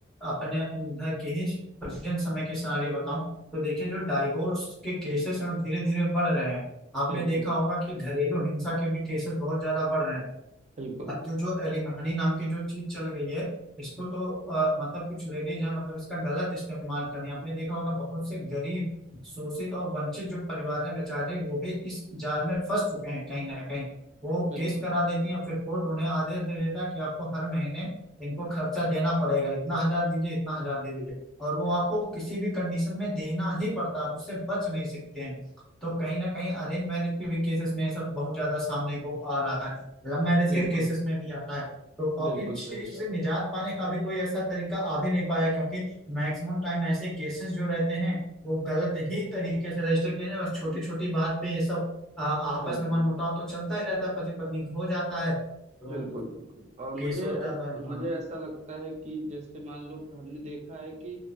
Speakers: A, in the centre; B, on the right.
A: अपने इधर के ही प्रेजेंट समय के सिनारियो बताऊं तो देखिए जो डाइवोर्स के केसेस हैं धीरे धीरे बढ़ रहे हैं आपने
B: बिल्कुल
A: देखा होगा कि घरेलू हिंसा के भी केसेस बहुत ज्यादा बढ़ रहे हैं
B: बिल्कुल
A: अब तो जो एलिमनी नाम की जो चीज चल गई है इसको तो अ, मतलब कुछ लेडीज हैं मतलब इसका गलत इस्तेमाल कर रही हैं आपने देखा होगा बहुत से गरीब शोषित और वंचित जो परिवार हैं बेचारे वो भी इस जाल में फंस चुके हैं कहीं ना कहीं वो
B: बिल्कुल
A: केस करा देती हैं फिर कोर्ट उन्हें आदेश दे देता है कि आपको हर महीने इनको खर्चा देना पड़ेगा इतना हजार दीजिए इतना हजार दीजिए और वो आपको किसी भी कंडीशन में देना ही पड़ता है आप उससे बच नहीं सकते हैं तो कहीं ना कहीं अरेंज मैरिज के भी केसेस में ये सब बहुत ज्यादा सामने को आ रहा है लव मैरिज
B: बिल्कुल
A: के केसेस में भी आता है तो और
B: बिल्कुल
A: इन चीज
B: सही बात
A: से निजात पाने का भी कोई ऐसा तरीका आ भी नहीं पाया क्योंकि मैक्सिमम टाइम ऐसे केसेस जो रहते हैं वो गलत ही तरीके से रजिस्टर किए जाते हैं। बस छोटी छोटी बात पे ये सब आ, आपस
B: बिल्कुल
A: में मनमुटाव तो चलता ही रहता है पति पत्नी हो जाता है तो
B: बिल्कुल बिल्कुल और मुझे
A: केस हो जाता
B: अब
A: है हाँ
B: मुझे ऐसा लगता है कि जैसे मान लो हमने देखा है कि